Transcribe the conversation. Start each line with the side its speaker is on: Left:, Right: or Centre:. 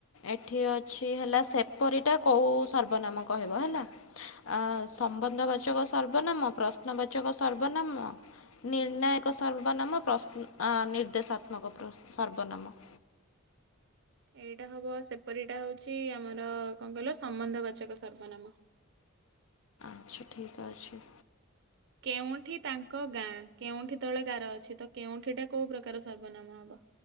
Left: ଏଠି ଅଛି ହେଲା ସେପରିଟା କୋଉ ସର୍ବନାମ କହିବ ହେଲା। ଅ ସମ୍ବନ୍ଧ ବାଚକ
Right: ହୁଁ
Left: ସର୍ବନାମ ପ୍ରଶ୍ନବାଚକ ସର୍ବନାମ ନିର୍ଣ୍ଣାୟକ ସର୍ବନାମ ପ୍ରଶ୍ନ ଅ ନିର୍ଦ୍ଦେଶାତ୍ମକ ସର୍ବନାମ।
Right: ଏଇଟା ହବ ସେପରିଟା ହଉଛି ଆମର କଣ କହିଲ ସମ୍ବନ୍ଧବାଚକ ସର୍ବନାମ।
Left: ଆଚ୍ଛା ଠିକ୍ ଅଛି।
Right: କେଉଁଠି ତାଙ୍କ ଗାଁ କେଉଁଠି ତଳେ ଗାର ଅଛି ତ କେଉଁଠିଟା କୋଉ ପ୍ରକାର ସର୍ବନାମ ହବ?